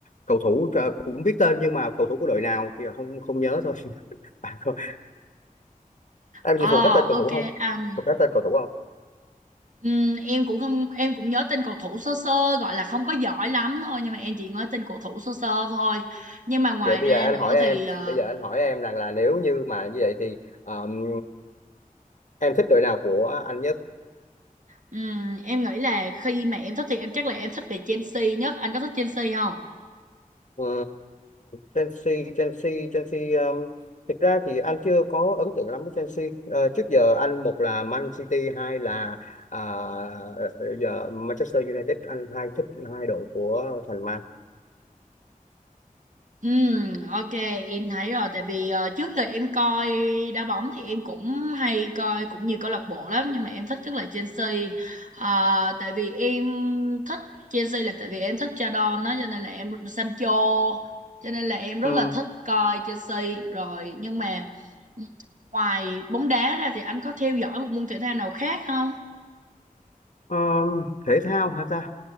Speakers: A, on the left; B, on the right.
A: cầu thủ ờ, cũng biết tên nhưng mà cầu thủ của đội nào thì không không nhớ thôi <laughs> À, không. Em
B: Ờ
A: thì thuộc hết tên cầu
B: ok
A: thủ không?
B: anh
A: Thuộc hết tên cầu thủ không?
B: Ừm, em cũng không em cũng nhớ tên cầu thủ sơ sơ gọi là không có giỏi lắm thôi nhưng mà em chỉ nhớ tên cầu thủ sơ sơ thôi nhưng mà ngoài
A: Vậy bây
B: ra
A: giờ anh
B: nữa
A: hỏi em,
B: thì ờ,
A: bây giờ anh hỏi em rằng là nếu như mà như vậy thì um, em thích đội nào của anh nhất
B: ừm, em nghĩ là khi mà em thích thì em chắc là em thích về Chelsea nhất anh có thích Chelsea không?
A: Ờ, Chelsea Chelsea Chelsea um, thực ra thì anh chưa có ấn tượng lắm với Chelsea Ờ, trước giờ anh một là Man City hai là à, ờ, giờ Manchester United anh hai thích hai đội của thành Man
B: Ừm, ok em thấy rồi tại vì ờ, trước giờ em coi đá bóng thì em cũng hay coi cũng nhiều câu lạc bộ lắm nhưng mà em thích nhất là Chelsea Ờ, tại vì em thích Chelsea là tại vì em thích cha don đó cho nên là em Sancho cho nên là em rất
A: ừ,
B: là thích coi Chelsea rồi nhưng mà ngoài bóng đá ra thì anh có theo dõi một môn thể thao nào khác không?
A: um, thể thao hả ta